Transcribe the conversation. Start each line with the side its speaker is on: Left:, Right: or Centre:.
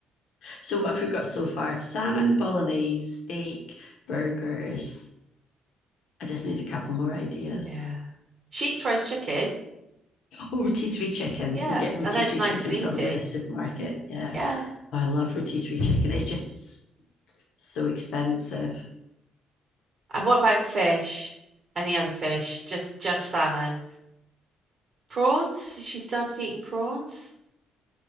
Left: So what have we got so far? Salmon, bolognese, steak, burgers. I just need a couple more ideas.
Right: Yeah. Sheets roast chicken.
Left: Oh, rotisserie chicken.
Right: Yeah.
Left: We'll get rotisserie
Right: And that's nice
Left: chicken
Right: and easy.
Left: from the supermarket. Yeah.
Right: Yeah.
Left: Oh, I love rotisserie chicken. It's just so expensive.
Right: And what about fish? Any other fish? Just just salmon. Prawns? She started eating prawns?